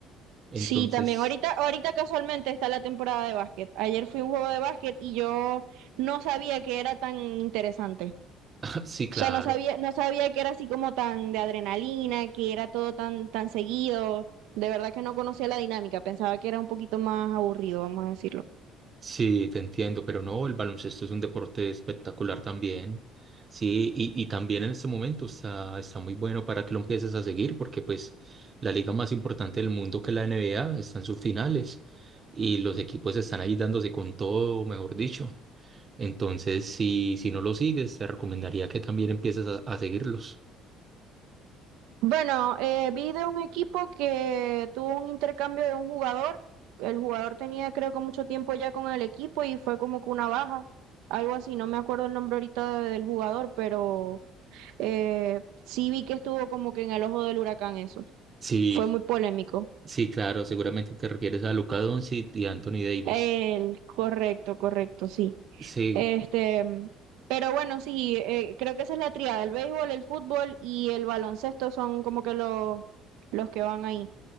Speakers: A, on the right (about 25°); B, on the right (about 90°).
A: Entonces,
B: Sí, también ahorita, ahorita casualmente está la temporada de básquet. Ayer fui a un juego de básquet y yo no sabía que era tan interesante.
A: <laughs> sí, claro.
B: O sea, no sabía, no sabía que era así como tan de adrenalina, que era todo tan, tan seguido. De verdad que no conocía la dinámica, pensaba que era un poquito más aburrido, vamos a decirlo.
A: Sí, te entiendo, pero no, el baloncesto es un deporte espectacular también. Sí, y, y también en este momento está, está muy bueno para que lo empieces a seguir, porque pues la liga más importante del mundo que es la NBA está en sus finales y los equipos están ahí dándose con todo, mejor dicho. Entonces, si, si no lo sigues, te recomendaría que también empieces a, a seguirlos.
B: Bueno, eh, vi de un equipo que tuvo un intercambio de un jugador. El jugador tenía creo que mucho tiempo ya con el equipo y fue como que una baja, algo así. No me acuerdo el nombre ahorita de- del jugador, pero eh, sí vi que estuvo como que en el ojo del huracán eso.
A: Sí,
B: Fue muy polémico.
A: sí, claro, seguramente te refieres a Luka Doncic y Anthony Davis.
B: El, correcto, correcto, sí.
A: Sí,
B: Este, mm, pero bueno, sí, eh, creo que esa es la triada. El béisbol, el fútbol y el baloncesto son como que los los que van ahí.